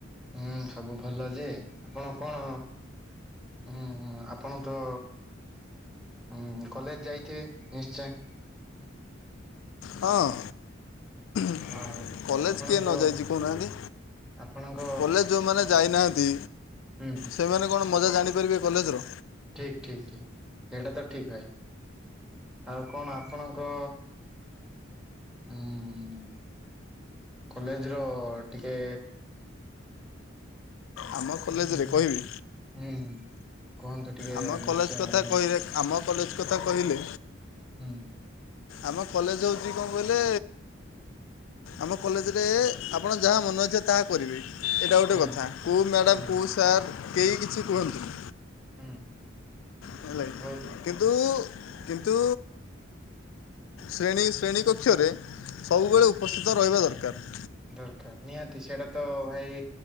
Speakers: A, in the centre; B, on the left.
A: ହୁଁ ସବୁ ଭଲ ଯେ ଆପଣ କଣ? ଉ ଆପଣ ତ ଉ କଲେଜ ଯାଇଥିବେ ନିଶ୍ଚୟ।
B: ହଁ। କଲେଜ
A: ଆଉ ଆପଣଙ୍କ
B: କିଏ ନ ଯାଇଛି କହୁନାହାନ୍ତି?
A: ଆପଣଙ୍କ
B: କଲେଜ ଯଉଁମାନେ ଯାଇନାହାନ୍ତି
A: ହୁଁ
B: ସେମାନେ କଣ ମଜା ଜାଣିପାରିବେ କଲେଜର।
A: ଠିକ୍ ଠିକ୍ ଠିକ୍ ଏଇଟା ତ ଠିକ୍ ଭାଇ ଆଉ କଣ ଆପଣଙ୍କ ହୁଁ କଲେଜ ର ଟିକେ
B: ଆମ କଲେଜରେ
A: ହୁଁ
B: କହିବି
A: ହୁଁ କୁହନ୍ତୁ ଟିକେ
B: ଆମ କଲେଜ
A: ନିଶ୍ଚୟ ଆମେ
B: <unintelligible> କଲେଜ କଥା କହିଲେ
A: ହୁଁ
B: ଆମ କଲେଜ ହେଉଛି କଣ କହିଲେ? ଆମ କଲେଜ ରେ ଆପଣ ଯାହା ମନ ଇଚ୍ଛା ତାହା କରିବେ। ଏଇଟା ଗୋଟେ
A: ହୁଁ
B: କଥା କୋଉଁ ମ୍ୟାଡ଼ାମ
A: ହୁଁ
B: କୋଉଁ ସାର୍ କେହି କିଛି କୁହନ୍ତିନି।
A: ହୁଁ
B: ହେଲା
A: ବହୁତ
B: କିନ୍ତୁ ନ୍ତୁ କିନ୍ତୁ ଶ୍ରେଣୀ ଶ୍ରେଣୀ କକ୍ଷରେ
A: ଭଲ
B: ସବୁବେଳେ
A: ଆଜ୍ଞା
B: ଉପସ୍ଥିତ ରହିବା ଦରକାର।
A: ଦରକାର ନିହାତି ସେଇଟା ତ ଭାଇ